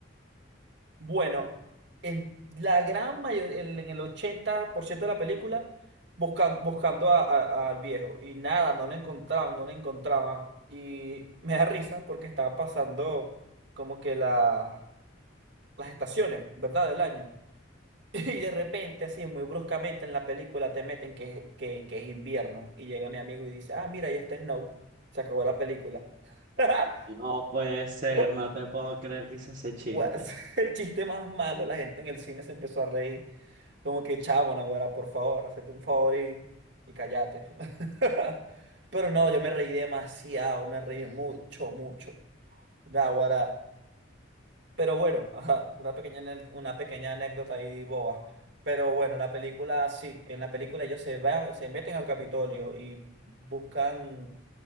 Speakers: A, on the right; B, on the right.
A: bueno, en la gran mayoría, en, en el 80% de la película, buscan- buscando a- a- al viejo. Y nada, no lo encontraban, no lo encontraban. Y me da risa porque estaba pasando como que la- las estaciones, ¿verdad? Del año. <laughs> Y de repente, así, muy bruscamente en la película te meten que, que, que es invierno. Y llega mi amigo y dice, ah, mira, ahí está Snow. Se acabó la película. <laughs>
B: No puede ser,
A: Wow.
B: no te puedo creer que hice ese chiste.
A: guas, <laughs> el chiste más malo, la gente en el cine se empezó a reír, como que chavo, Naguará, por favor, hazte un favor y, y cállate. <laughs> Pero no, yo me reí demasiado, me reí mucho, mucho, Naguará. Pero bueno, ajá, una pequeña, ane- una pequeña anécdota ahí boba. Pero bueno, la película, sí, en la película ellos se van, se meten al Capitolio y buscan